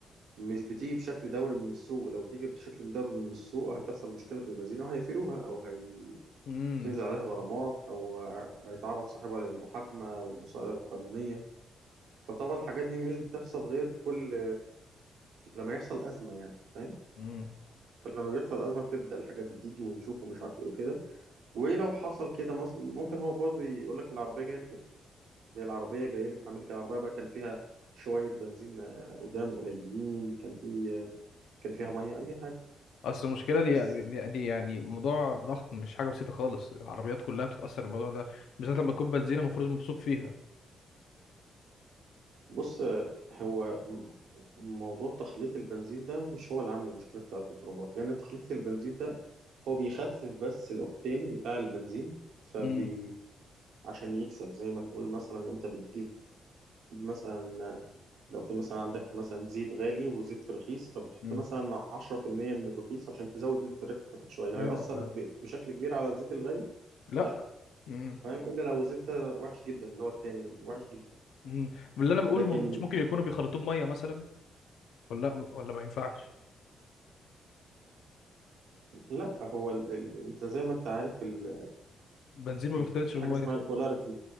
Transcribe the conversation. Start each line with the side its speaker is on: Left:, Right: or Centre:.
Right: مش بتيجي بشكل دوري من السوق لو بتيجي بشكل دوري من السوق هتحصل مشكلة في البنزينة وهيقفلوها او هيتنزل
Left: امم
Right: عليها غرامات او هيتعرض صاحبها للمحاكمة والمسألة القانونية فطبعا الحاجات دي مش بتحصل غير كل لما يحصل أزمة يعني فاهم
Left: امم
Right: فلما بيحصل أزمة بتبدأ الحاجات دي تيجي ونشوف ومش عارف ايه وكده ولو حصل كده مص- ممكن هو برضو يقول لك العربية جاية لك هي العربية جاية لي محمل كده العربية بقى كان فيها شوية بنزين آه، قدام قليلين كان في آه، كان فيها مية أي حاجة
Left: اصل المشكلة دي
Right: بس
Left: دي دي يعني موضوع ضخم مش حاجة بسيطة خالص العربيات كلها بتتأثر بالموضوع ده بالذات لما تكون بنزينة المفروض موثوق فيها
Right: بص آه، هو م- م- موضوع تخليط البنزين ده مش هو اللي عامل المشكلة بتاعة الترمبات لأن تخليط البنزين ده هو بيخفف بس الأوكتين بتاع البنزين فبي
Left: امم
Right: عشان يكسب زي ما تقول مثلا أنت بتجيب مثلا لو في مثلا عندك مثلا زيت غالي وزيت رخيص فبتحط
Left: امم
Right: مثلا 10% من الرخيص عشان تزود نسبة الربح بتاعتك شوية
Left: فهمت
Right: هيأثر
Left: آه.
Right: ب- بشكل كبير على الزيت الغالي؟
Left: لا
Right: لا
Left: امم
Right: فاهم إلا لو الزيت وحش جدا اللي هو التاني وحش جدا
Left: امم من اللي انا بقوله
Right: لكن
Left: ما همش ممكن يكونوا بيخلطوه بميه مثلا ولا لا ولا ما ينفعش
Right: لا هو ال... ال... انت زي ما انت عارف ال...
Left: بنزين ما بيختلطش
Right: ال... في
Left: بالميه
Right: حاجة اسمها
Left: صح
Right: البولاريتي